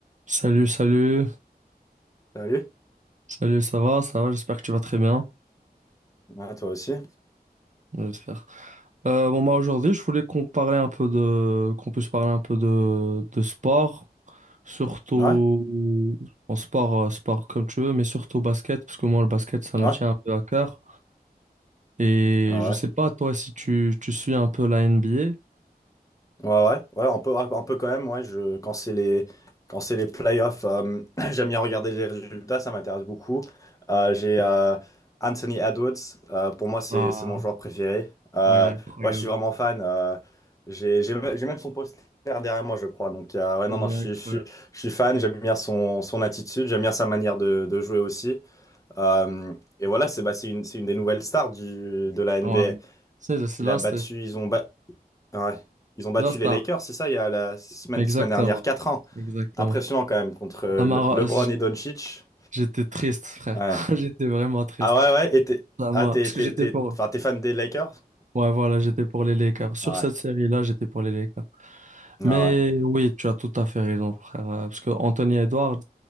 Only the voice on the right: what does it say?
Salut, salut,
salut, ça va, ça va, j'espère que tu vas très bien,
j'espère. Euh, bon, bah aujourd'hui, je voulais qu'on parle un peu de, qu'on puisse parler un peu de, de sport, surtout
en sport, euh, sport comme tu veux, mais surtout basket, parce que moi, le basket, ça me
tient un peu à cœur. Et
je sais pas, toi, si tu, tu suis un peu la NBA.
Ah,
ah, il est incroyable.
Il
est
incroyable.
Ouais. C'est c'est
là,
c'est c'est
la star.
Exactement.
Exactement.
Ça m'a
ra-
J'étais triste, frère.
<laughs> J'étais vraiment triste.
Ça
m'a-
Parce
que j'étais
pour...
Ouais, voilà, j'étais pour les Lakers. Sur
cette série-là, j'étais pour les Lakers.
Mais
oui, tu as tout à fait raison, frère. Euh, Parce que Anthony Edwards,